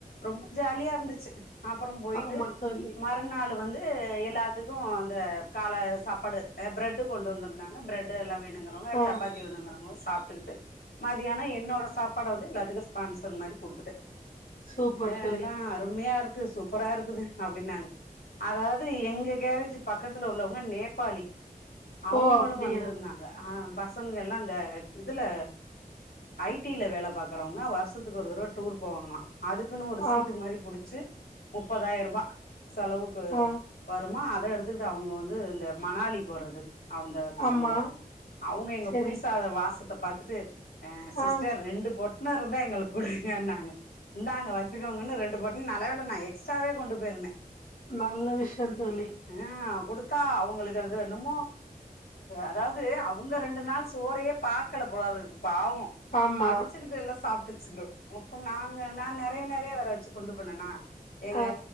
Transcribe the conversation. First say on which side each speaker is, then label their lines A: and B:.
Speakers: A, on the left (about 80°); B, on the left (about 60°).
A: ரொம்ப ஜாலியாருந்துச்சு அப்புற போயிட்டு
B: ஆமா தோழி.
A: மறுநாளு வந் அது எல்லாத்துக்கு இந்த கால சாப்பாடு அ பிரெட் கொண்டு வந்திருந்தாங்க பிரெட் எல்லா வேணு ங்கிறவங்க
B: ஆ
A: சப்பாத்தி வேணுங்றவங் சாப்டுகிட்டு மதியான என்னோட சாப்பாட வந்து எல்லாத்துக்கு ஸ்பான்சர் மாரி குடுத்துட்டே
B: சூப்பர்
A: ஏ
B: தோழி.
A: எல்லாம் அருமையாருக்கு இது சூப்பரா இருக்குது அப்டினாங்க அதாது எங்க கேரேஜ் பக்கத்துல உள்ளவங்க நேபாளி அவுங்களு
B: ஓ! அப்படியா?
A: வந்திருந்தாங்க அஹ்ம் பசனுக எல்லா அந்த இதுல ஐடில வேல பாக்குறவங்க வருஷத்க்கு ஒரு தரவ டூர் போவாங்களா அதுக்குன்னு ஒரு சீட்டு
B: ஆ,
A: மாரி புடிச்சி முப்பதாயிருவா செலவுக்கு
B: ஆ.
A: வருமா அ அத எடுத்துகிட்டு அவுங்க வந்து இந்த மணாலி போறது அவுந்த பசனுக
B: ஆமா.
A: அவுங்க எங்க
B: சரி.
A: புலிசாத வாச த்த பாத்துட்டு ஆஹ் சிஸ்டர்
B: ஆ
A: ரெண்டு போட் இனொர்தயங்கள் குடுக்கனாங்க இந்தாங்க வச்சுக்கோங்கன்னு ரெண்டு பொட் ம் நல்லவேல நா எக்ஸ்ட்ராவே கொண்டு போயிருந்தே
B: நல்ல விஸ்ய தோழி
A: ஆ குடுத்தா அவங்களுக்கு அது என்னுமோ அதாவது அவுங்க ரெண்டு நாள் சோறையே பாக்கல போல இருக்குது பாவோ
B: ஆமா.
A: அடிச்சுக்கிட்டு எல்லா சாப்ட்டுது சிங்க மொத்த நாங்க நா நறையா நறையா வேற வெச்சு கொண்டு போனனா ஏங்க
B: ஆ